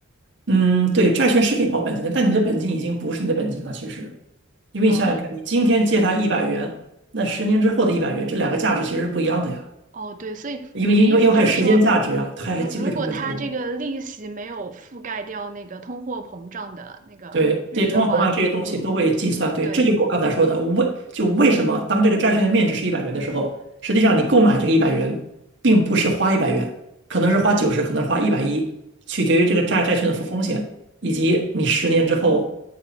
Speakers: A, on the right; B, on the right.
A: 嗯，对，债券是可以保本金的，但你的本金已经不是你的本金了，其实，因为你想想看，
B: 呃，
A: 你今天借他一百元，那十年之后的一百元，这两个价值其实是不一样的呀。
B: 哦，对，所以你的意思就是说，
A: 因为因为因为还有时间价值啊，还有机会成本在里面。
B: 如如果它这个利息没有覆盖掉那个通货膨胀的那个率的话，
A: 对这些通货膨胀这些东西都会计算。
B: 你
A: 对，
B: 对，
A: 这就是我刚才说的，为就为什么当这个债券的面值是一百元的时候，实际上你购买这个一百元，并不是花一百元，可能是花九十，可能是花一百一，取决于这个债债券的风风险，以及你十年之后，